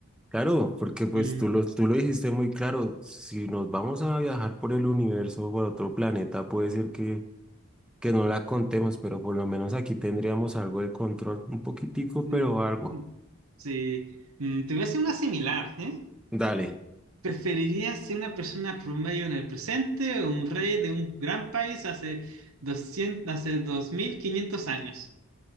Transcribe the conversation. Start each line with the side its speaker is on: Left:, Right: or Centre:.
Centre: Claro, porque pues
Right: Mm,
Centre: tú lo, tú lo dijiste muy claro, si nos vamos a viajar por el universo o por otro planeta, puede ser que, que no la contemos, pero por lo menos aquí tendríamos algo de control, un poquitico,
Right: sí,
Centre: pero algo.
Right: mm, sí. Mm, te voy a hacer una similar, ¿eh?
Centre: Dale,
Right: ¿Preferirías ser una persona promedio en el presente o un rey de un gran país hace doscientos hace 2500 años?